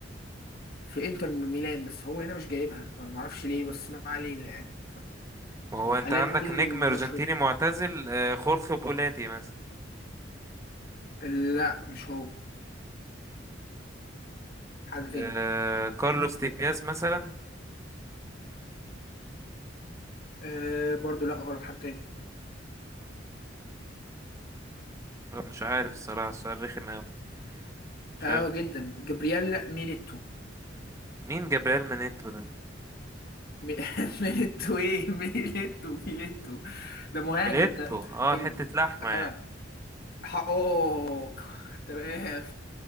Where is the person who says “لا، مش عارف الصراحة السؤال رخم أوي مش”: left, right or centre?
Right